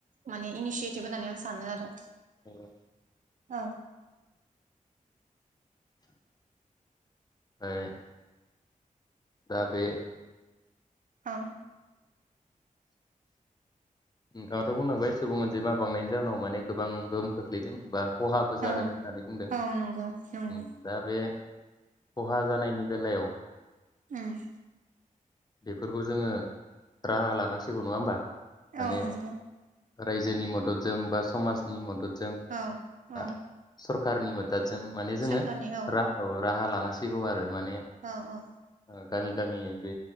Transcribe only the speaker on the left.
<inaudible>
फाय दा बे
नोंथाङाथ' बुंलांबाय सुबुं अनजिमा बांनायनि जाहोनाव माने गोबां गोहोम खोख्लैदों बा खहाबो
जादों होननानै बुंदों
ओम दा बे खहा जानायनि बेलायाव
बेफोरखौ जोङो राहा ला नांसिगौ नङा होनबा? माने
रायजोनि मददजों बा समाजनि मदद जों
आ सर खारनि मोदै दादजों माने जोङो
रां राहा लान सिगौ आरो। माने
ओ। गामि गामि बे